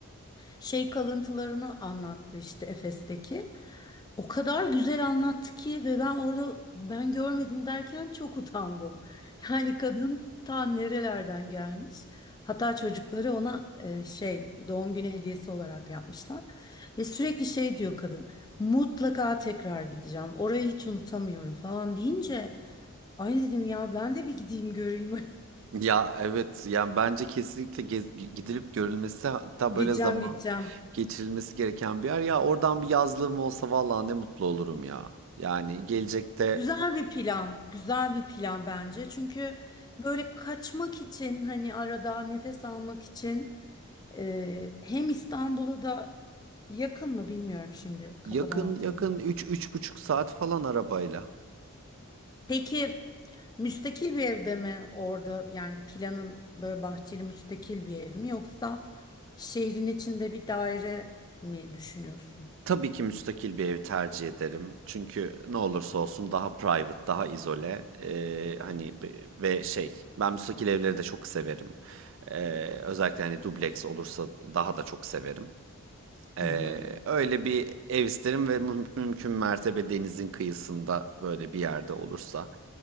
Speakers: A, on the left (about 20°); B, on the right (about 60°).
A: şey kalıntılarını anlattı işte Efes'teki. O kadar güzel anlattı ki ve ben orada ben görmedim derken çok utandım. <laughs> Yani kadın ta nerelerden gelmiş. Hatta çocukları ona e, şey doğum günü hediyesi olarak yapmışlar. Ve sürekli şey diyor kadın. Mutlaka tekrar gideceğim. Orayı hiç unutamıyorum falan deyince Ay dedim ya ben de bir gideyim göreyim.
B: ya evet yani bence kesinlikle gez- gidilip görülmesi hatta
A: <laughs> Gideceğim
B: böyle zaman
A: gideceğim.
B: geçirilmesi gereken bir yer. Ya oradan bir yazlığım olsa vallahi ne mutlu olurum ya. Yani gelecekte
A: Güzel bir plan. Güzel bir plan bence. Çünkü böyle kaçmak için hani arada nefes almak için e, hem İstanbul'a da yakın mı bilmiyorum şimdi kafadan
B: Yakın
A: atmayayım.
B: yakın üç, üç buçuk saat falan arabayla.
A: Peki müstakil bir evde mi orada yani planın böyle bahçeli müstakil bir ev mi yoksa şehrin içinde bir daire mi düşünüyorsun?
B: Tabii ki müstakil bir ev tercih ederim. Çünkü ne olursa olsun daha private, daha izole. Ee, hani be- ve şey ben müstakil evleri de çok severim. Ee, özellikle hani dubleks olursa daha da çok severim. Ee,
A: Hı hı.
B: öyle bir ev isterim ve müm- mümkün mertebe denizin kıyısında böyle bir yerde olursa.